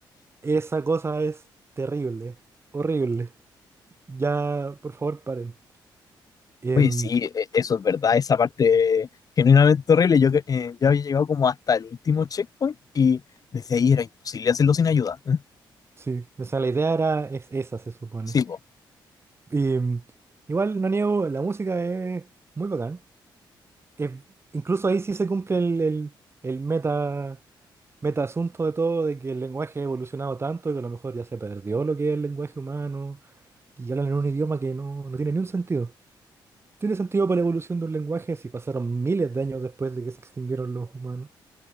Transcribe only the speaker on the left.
Oye, sí, e- eso es verdad, esa parte genuinamente horrible. Yo, que- eh, yo había llegado como hasta el último checkpoint y desde ahí era imposible hacerlo sin ayuda. ¿eh?
Sí, po.